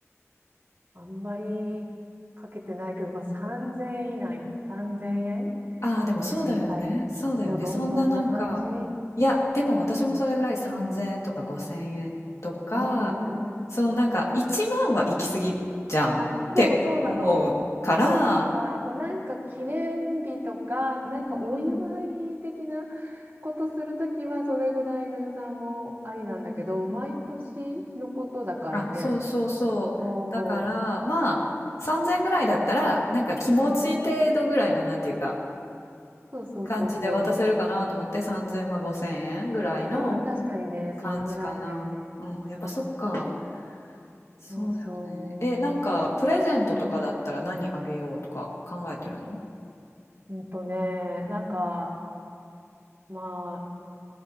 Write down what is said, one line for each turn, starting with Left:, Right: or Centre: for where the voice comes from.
Right: あんまりかけてないけど、まあ、3000円以内、3 0円
Left: ああ、でもそうだよね。
Right: 以内ぐらいかな。
Left: そうだよね。
Right: どう、どん、
Left: そんななんか、
Right: どんな感じ
Left: いや、でも私もそれぐらい3000円とか5000円とか、
Right: うんうん。
Left: そのなんか1万は行き過ぎじゃんって思うから、
Right: あ、そうそうなの。そう、なんか、そう、なんか記念日とか、なんかお祝い的な
Left: うんうん
Right: ことするときは、それぐらいの予算もありなんだけど、
Left: うんうん
Right: 毎年のことだからね。
Left: あ、そうそうそう。
Right: そ
Left: だから、まあ、3000ぐらいだったら、なんか気持ち程度ぐらいの、
Right: う。うん。
Left: なんていうか、
Right: そうそうそうそ
Left: 感じで渡せるかなと思って、3000、まあ5000円ぐらいの
Right: う。うん、確かにね、そのぐらいだよね。
Left: 感じかな。うん、やっぱそっか。そうだよね。
Right: そうそ
Left: え、なんか、プレゼントとかだったら何あげようとか考えてるの
Right: う。うん。うんとね、
Left: うん。
Right: なんか、まあ、